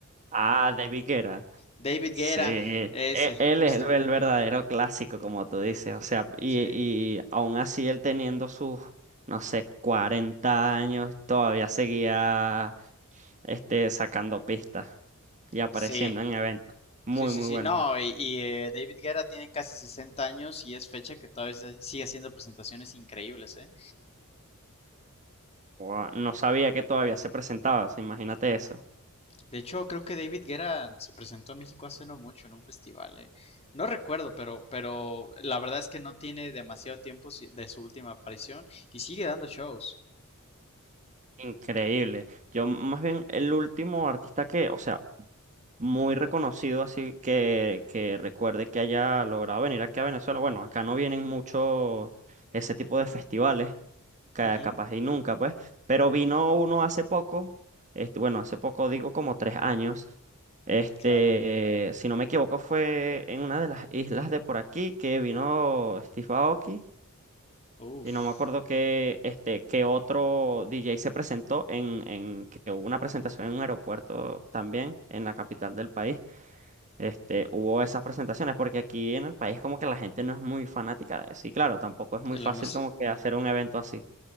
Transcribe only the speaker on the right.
Ah, David Guetta.
Sí,
e-
e, él
es el, el verdadero clásico, como tú dices, o sea, y,
y aún así él teniendo sus, no sé, 40 años, todavía seguía este, sacando pistas y apareciendo
en eventos. Muy,
muy
bueno.
Guau, No sabía que todavía se presentaba, o sea, imagínate eso.
Increíble. Yo más bien el último artista que, o sea, muy reconocido, así que, que recuerde que haya logrado venir aquí a Venezuela. Bueno, acá no vienen mucho ese tipo de festivales, ca-
capaz y nunca, pues, pero vino uno hace poco, este, bueno, hace poco digo como tres años. Este,
eh, si no me equivoco, fue en una de las islas de por aquí que vino Steve Aoki.
Y no me acuerdo que este, que otro DJ se presentó en, en que hubo una presentación en un aeropuerto también en la capital del país este, hubo esas presentaciones, porque aquí en el país como que la gente no es muy fanática de eso. Y claro, tampoco es muy
fácil
como que hacer un evento así.